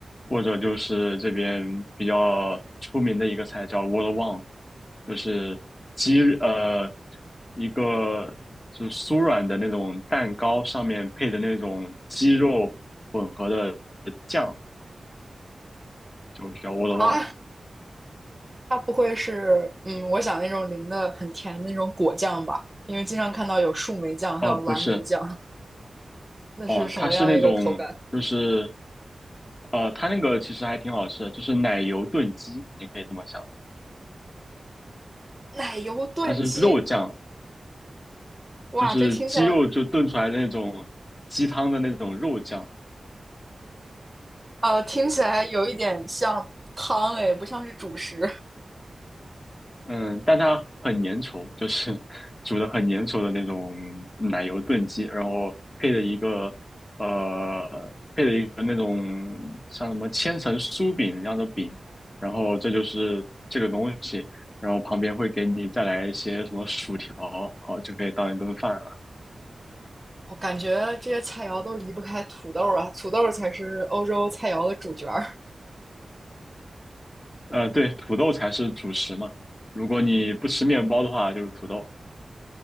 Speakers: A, on the left; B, on the right.
A: 或者就是这边比较出名的一个菜叫 w o l l a w a n 就是鸡呃一个就是酥软的那种蛋糕上面配的那种鸡肉混合的酱，就叫我的忘
B: 啊？它不会是嗯，我想那种淋的很甜的那种果酱吧？因为经常看到有树莓酱，
A: 哦不是
B: 还有蓝莓酱，那是什么样一个口感？
A: 哦，它是那种就是呃它那个其实还挺好吃的，就是奶油炖鸡，你可以这么想，
B: 奶油炖鸡，
A: 它是肉酱，
B: 哇，
A: 就是鸡肉就炖出来的那种鸡汤的那种肉酱，
B: 这听起来呃，听起来有一点像汤诶，不像是主食。
A: 嗯，但它很粘稠，就是 <laughs> 煮的很粘稠的那种奶油炖鸡，然后配的一个呃一个那种像什么千层酥饼一样的饼，然后这就是这个东西，然后旁边会给你再来一些什么薯条，好就可以当一顿饭了。
B: 我感觉这些菜肴都离不开土豆啊，土豆才是欧洲菜肴的主角儿。
A: 呃，对，土豆才是主食嘛，如果你不吃面包的话，就是土豆。